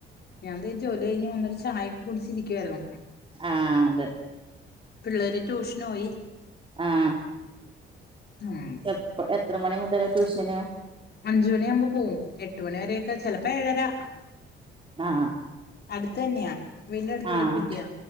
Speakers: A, on the left; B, on the right.
A: ഞാൻതെ ജോലിഴിഞ്ഞ് വന്നിട്ട് ചായൊക്കെ കുടിച്ചിരികിയാരുന്നു.
B: ആഹ് അതെ.
A: പിള്ളേര് ട്യൂഷനോയി.
B: ആഹ്
A: ആഹ്.
B: എപ്പ എത്ര മണി മുതലാ ട്യൂഷന്?
A: അഞ്ചു മണിയാമ്പോ പോവും, എട്ട് മണിവരെയൊക്കെ ചേലപ്പോ ഏഴരാ
B: ആഹ്
A: അടുതന്നെയാ, വീന്റെ അടുത്തുള്ളൊരു
B: ആഹ്
A: കുട്ടിയാ,